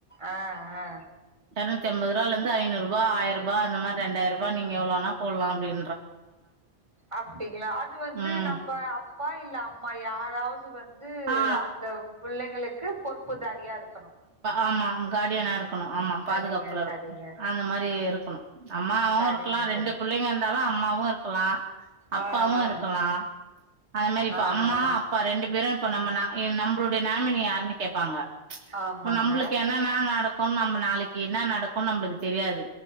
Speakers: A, on the right (about 25°); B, on the right (about 70°).
A: ஆ ஆ
B: எற்நூத்திஐம்பது ரூபால இருந்து ஐநூறு ரூபா ஆயிரூபா அந்த மாரி ரெண்டாயிரூபா நீங்க எவ்ளோனா போட்லா அப்டினு
A: அப்டிங்களா அது வந்து
B: ம்
A: நம்ப அப்பா இல்ல அம்மா மா யாராவது வந்து
B: ஆ
A: அந்த புள்ளைங்களுக் க்கு பொறுப்புதாரியா இருக்
B: ஆமா காடியனா இருக்கணு ஆமா
A: சரிங்க
B: பாதுகாப்புல
A: சரிங்க
B: இருக்கணு அந்த மாரி இருக்கணு அம்மா அம்மாவு
A: சரிங்க
B: இருக்கலா
A: சரி
B: ரெண்டு புள்ளைங்க இருந்தாலு அம்மாவு இருக்கலா அப்பாவு
A: ஆ ஆ
B: இருக்கலா அது மாரி இப்ப
A: ஆ
B: அம்மா
A: ஆ
B: அப்பா ரெண்டு பேரு இப்ப நம்ம நம்பளுடைய நாமினி யாருன்னு கேப்பாங்க
A: ஆமாங்க
B: இப்ப நம்பளுக்கு என்னனா நாளைக்கு என்ன நடக்குனு நம்பளுக்கு தெரியாது